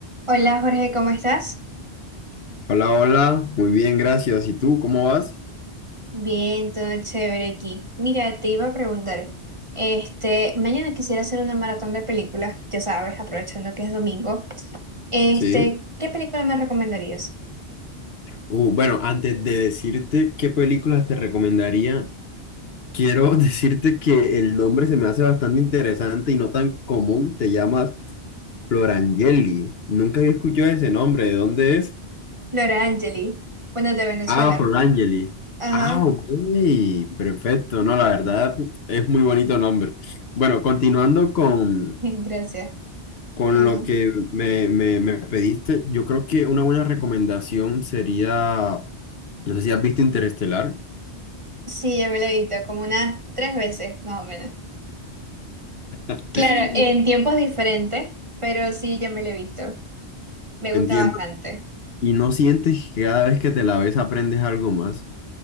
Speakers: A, on the right; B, on the left.
A: Hola Jorge, ¿cómo estás?
B: Hola, hola, muy bien, gracias. ¿Y tú, cómo vas?
A: Bien, todo chévere aquí. Mira, te iba a preguntar, este, mañana quisiera hacer una maratón de películas, ya sabes, aprovechando que es domingo. Este,
B: Sí.
A: ¿qué película me recomendarías?
B: Uh, bueno, antes de decirte qué películas te recomendaría, quiero <laughs> decirte que el nombre se me hace bastante interesante y no tan común. Te llamas Florangeli. Nunca había escuchado ese nombre. ¿De dónde es?
A: Laura Angeli, bueno, de Venezuela.
B: Ah, Florangeli.
A: Ajá,
B: Ah, ok, perfecto.
A: <laughs>
B: No, la verdad es muy bonito nombre. Bueno, continuando con,
A: gracias.
B: con
A: Ajá.
B: lo que me, me, me pediste, yo creo que una buena recomendación sería No sé si has visto Interestelar.
A: Sí, ya me la he visto como unas tres veces, más o menos.
B: <laughs>
A: Claro, en tiempos diferentes, pero sí, ya me la he visto. Me gusta
B: Entiendo.
A: bastante.
B: ¿Y no sientes que cada vez que te la ves aprendes algo más?